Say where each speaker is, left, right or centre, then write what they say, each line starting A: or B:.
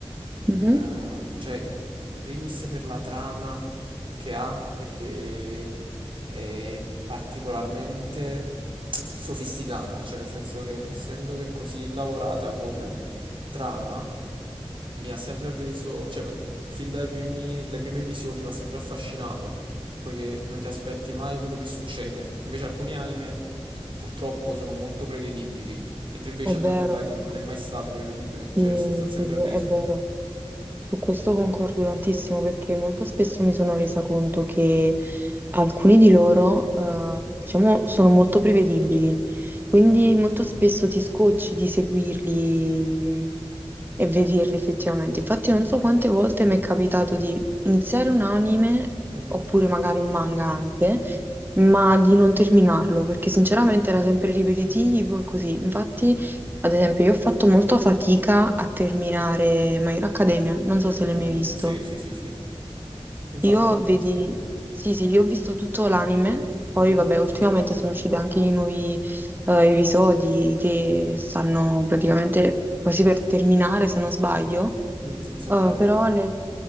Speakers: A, on the right; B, on the right.
A: Mhm.
B: Ehm, cioè in primis per la trama che ha, perché è particolarmente sofisticata, cioè nel senso che essendo che è così lavorata come trama, mi ha sempre preso, cioè m- fin dai primi, le prime visioni mi ha sempre affascinato, poiché non ti aspetti mai quello che succede. Invece alcuni anime purtroppo sono molto prevedibili, mentre invece
A: È vero,
B: Attack on Titan
A: su
B: non è mai stato prevedibile,
A: questi-
B: cioè s- sta sempre
A: su-
B: preso.
A: è vero. Su questo concordo tantissimo perché molto spesso mi sono resa conto che alcuni di loro, eh, diciamo, sono molto prevedibili, quindi molto spesso ti scocci di seguirli e vederli effettivamente. Infatti non so quante volte mi è capitato di iniziare un anime,
B: Mhm.
A: oppure magari un manga anche, ma di non terminarlo, perché sinceramente era sempre ripetitivo e così. Infatti, ad esempio, io ho fatto molta fatica a terminare My Hero Academia, non so se l'hai
B: Mm,
A: mai visto.
B: sì, sì, sì, sì. Infatti,
A: Io vedi,
B: s-
A: sì, sì, io ho visto tutto l'anime, poi
B: mhm,
A: vabbè, ultimamente
B: anche io.
A: sono usciti anche i nuovi eh, episodi che stanno praticamente quasi per terminare, se non sbaglio.
B: Mm, non saprei.
A: Eh, però le-